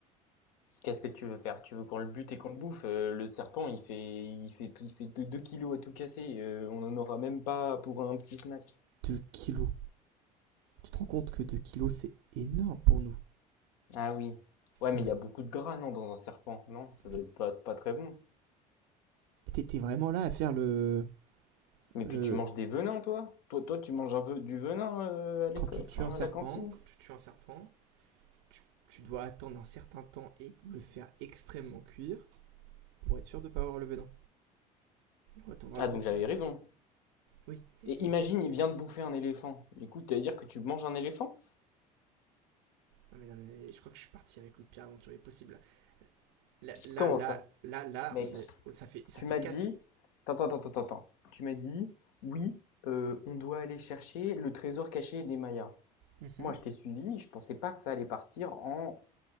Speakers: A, on the left; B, on the right.
A: Qu'est-ce que tu veux faire? Tu veux qu'on le bute et qu'on le bouffe? Euh, le serpent, il fait, il fait, il fait 2 kilos à tout casser. Euh, on en aura même pas pour un petit snack.
B: Deux kilos. Tu te rends compte que 2 kilos, c'est énorme pour nous.
A: Ah oui. Ouais, mais
B: On...
A: il y a beaucoup de gras, non, dans un serpent, non? Ça
B: Mais
A: doit être pas, pas très bon.
B: t'étais vraiment là à faire le.
A: Mais
B: le...
A: puis tu manges des venins, toi? Toi, toi tu manges un ve- du venin euh, à l'éco-
B: Quand tu
A: enfin,
B: tues un serpent,
A: à la cantine.
B: quand tu tues un serpent, tu, tu dois attendre un certain temps et le faire extrêmement cuire pour être sûr de ne pas avoir le venin. On attendra
A: Ah,
B: le
A: donc
B: temps qu'il
A: j'avais
B: faut.
A: raison.
B: Oui,
A: Et
B: mais c'est.
A: imagine, il vient de bouffer un éléphant. Du coup, tu vas dire que tu manges un éléphant?
B: Non mais, non mais je crois que je suis parti avec le pire aventurier possible. Là, là,
A: Comment
B: là,
A: ça?
B: là, là,
A: Mec,
B: on a- ça fait ça
A: tu
B: fait
A: m'as
B: 4
A: dit... Attends, attends, attends, attends. Tu m'as dit, oui, euh, on doit aller chercher le trésor caché des Mayas.
B: Et-
A: Moi, je t'ai suivi, je pensais pas que ça allait partir en